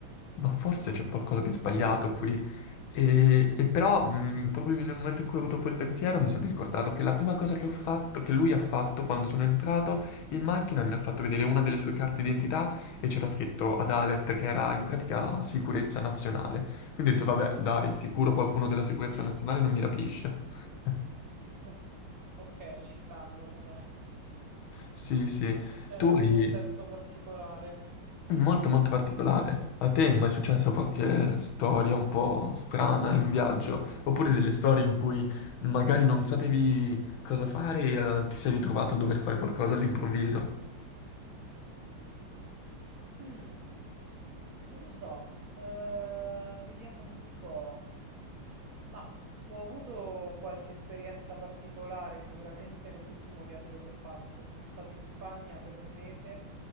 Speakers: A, on the left (about 75°); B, on the right (about 60°).
A: ma forse c'è qualcosa di sbagliato qui. E, e però, mh, proprio nel momento in cui ho avuto quel pensiero, mi sono ricordato che la prima cosa che ho fatto, che lui ha fatto quando sono entrato in macchina, mi ha fatto vedere una delle sue carte d'identità e c'era scritto Adalet, che era in pratica sicurezza nazionale. Quindi ho detto, vabbè, dai, sicuro qualcuno della sicurezza
B: Mm.
A: nazionale non mi rapisce. <laughs>
B: <laughs> Ok, ci sta allora, dai.
A: Sì, sì.
B: Era
A: Tu
B: un
A: hai...
B: contesto particolare,
A: Molto
B: diciamo.
A: molto particolare. A te è mai successa qualche storia un po' strana in viaggio? Oppure delle storie in cui magari non sapevi cosa fare e eh, ti sei ritrovato a dover fare qualcosa all'improvviso?
B: Hmm, non lo so. Eh, vediamo un po'. Ma ho avuto qualche esperienza particolare sicuramente nell'ultimo viaggio che ho fatto. Sono stato in Spagna per un mese